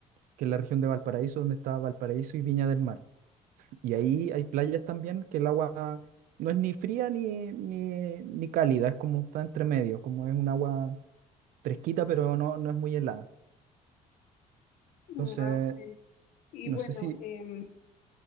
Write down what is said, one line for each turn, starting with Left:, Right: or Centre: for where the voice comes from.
Right: que es la región de Valparaíso, donde está Valparaíso y Viña del Mar. Y ahí hay playas también que el agua no es ni fría ni, ni, ni cálida, es como está entre medio, como es un agua fresquita, pero no, no es muy helada.
Left: Mm,
Right: Entonces,
Left: ah, ok. Y
Right: no
Left: bueno,
Right: sé si...
Left: em,